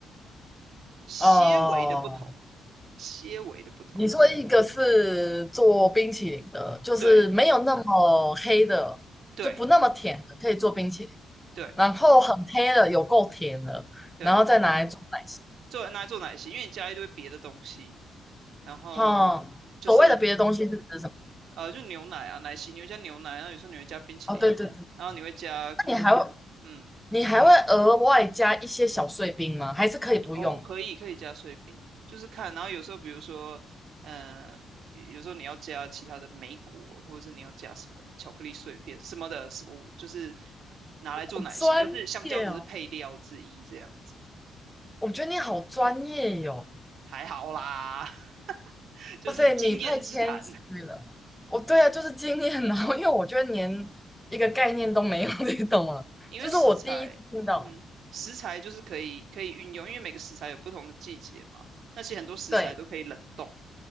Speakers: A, on the right; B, in the centre.
A: 些微的不同，
B: 哦，
A: 些微的不同。
B: 你说一个是做冰淇淋的，就是没有那么黑的，
A: 对对
B: 就不那么甜的，可以做冰淇淋。
A: 对
B: 然后很黑的，有够甜的，
A: 对，
B: 然后再拿来做奶昔。
A: 做拿来做奶昔，因为你加一堆别的东西，然后就是
B: 哈，所谓的别的东西是指什么？
A: 呃，就牛奶啊，奶昔你会加牛奶，然后有时候你会加冰淇淋嘛，
B: 哦，对对对，
A: 然后你会加可能嗯
B: 那你还会你还会额外加一些小碎冰吗？还是可以不用？
A: 哦，可以可以加碎冰，就是看，然后有时候比如说呃。有时候你要加其他的莓果，或者是你要加什么巧克力碎片什么的，什么就是拿来做奶昔，
B: 好专业哦，
A: 但是香蕉只是配料之一这样子。
B: 我觉得你好专业哟、
A: 还好啦，<laughs> 就是经验之谈。
B: 哇塞，你太谦虚了。哦，对啊，就是经验，<laughs> 然后因为我觉得连一个概念都没有，<laughs> 你懂吗？
A: 因为食材，
B: 就是我第一次听到。
A: 嗯哼，食材就是可以可以运用，因为每个食材有不同的季节嘛。那其实很多食材都可以冷冻，
B: 对